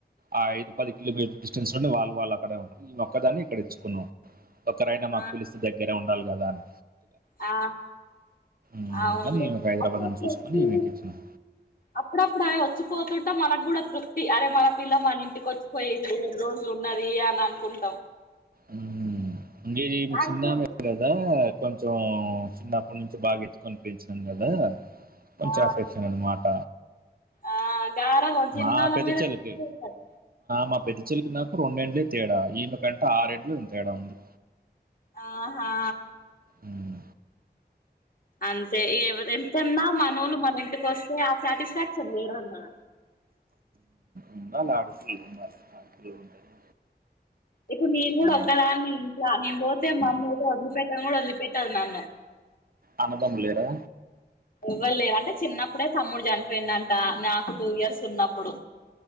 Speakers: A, on the right; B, on the left.
A: ఆ ఐదు పది కిలోమీటర్ డిస్టెన్స్లోనే వాళ్ళు వాళ్ అక్కడే ఉంటరు ఈ మొక్క దాన్నే ఇక్కడ ఇచ్చుకున్నాం. ఒక్కరైనా మాక్
B: ఆ
A: పిలుస్తే దగ్గరే ఉండాలి కదా అన్
B: ఆ
A: మ్ అందుకని
B: అవునులే
A: ఈమెకు హైదరాబాద్
B: అప్పుడప్పుడు
A: అని చూస్కొని
B: వచ్చి
A: ఈమెకిచ్చినం.
B: అప్పుడప్పుడు ఆమె వచ్చిపోతుంటే మనక్ గుడా తృప్తి అరే మన పిల్ల మన ఇంటికి వచ్చిపోయింది. రెండు రోజుల్ ఉన్నది అని అనుకుంటం.
A: మ్ ఇంగ ఈమె
B: రాకపోతే
A: చిన్నామె గదా కొంచం చిన్నప్పట్ నుంచి బాగా ఎత్తుకొని పెంచినం గదా కొంచం
B: ఆ
A: అఫెక్షన్ అన్మాట.
B: ఆ గారాబం చిన్నోళ్ళ
A: మా పెద్ద
B: మీదనే
A: చెలికీ
B: ఎక్కువ ఉంటది
A: మా పెద్ద చెల్లికి నాకు రొండెండ్లే తేడా ఈమెకంటే ఆర్ ఏండ్లు తేడా ఉంది.
B: ఆహా!
A: ఉమ్.
B: అంతే ఎవర్ ఎంతన్నా మనోళ్లు మన ఇంటికొస్తే ఆ సాటిస్ఫాక్షన్ వేరన్నా
A: ఉండాలె ఆడపిల్లలు ఉండాలే ఆడపిల్లల్ ఉంటేనే
B: ఇప్పుడు నేన్ గుడా
A: బాగుంటది
B: ఒక్కదాన్ని ఇంట్ల నేను పోతే మా అమ్మ <unintelligible> పెట్టను గుడా వదిలిపెట్టదు నన్ను.
A: అన్నదమ్ముల్ లేరా?
B: ఎవ్వలేర్ అంటే చిన్నప్పుడే తమ్ముడ్ చనిపోయిండంట నాకు టూ ఇయర్స్ ఉన్నప్పుడు